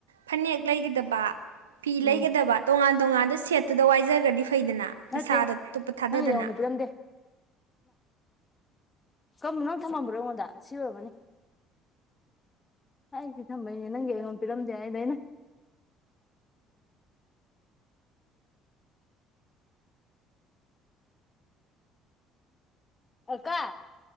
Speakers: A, on the right; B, on the left.
A: ꯐꯅꯦꯛ ꯂꯩꯒꯗꯕ ꯐꯤ
B: ꯎꯝ
A: ꯂꯩꯒꯗꯕ ꯇꯣꯉꯥꯟ ꯇꯣꯉꯥꯟꯗ ꯈꯦꯠꯇꯨꯗ ꯋꯥꯏꯔꯒꯗꯤ ꯐꯩꯗꯅ ꯄꯩꯁꯥꯗ
B: ꯅꯠꯇꯦ
A: ꯇꯨꯞꯞꯄ ꯊꯥꯗꯗꯅ
B: ꯅꯪꯒꯤꯗꯤ ꯑꯩꯉꯣꯟꯗ ꯄꯤꯔꯝꯗꯦ ꯀꯔꯝꯕꯅꯣ ꯊꯝꯃꯝꯕ꯭ꯔꯣ ꯑꯩꯉꯣꯟꯗ ꯁꯤ ꯑꯣꯏꯔꯕꯅꯤ ꯍꯥꯏꯥꯏꯁꯤꯦ ꯊꯝꯕꯩꯅꯦ ꯅꯪꯦꯉꯣꯟ ꯄꯔꯝꯗꯦ ꯍꯥꯏꯗꯥꯏꯩꯅ ꯑꯀꯥ